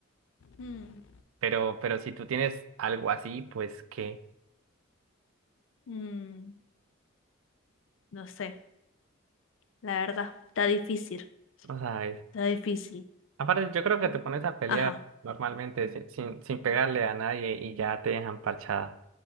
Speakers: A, on the left; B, on the right.
A: Mm.
B: Pero, pero si tú tienes algo así, pues ¿qué?
A: Mm, no sé, la verdad. Está difícil.
B: No sabes.
A: Está difícil.
B: Aparte, yo creo que te pones a pelear
A: Ajá.
B: normalmente si- sin, sin pegarle a nadie y ya te dejan parchada.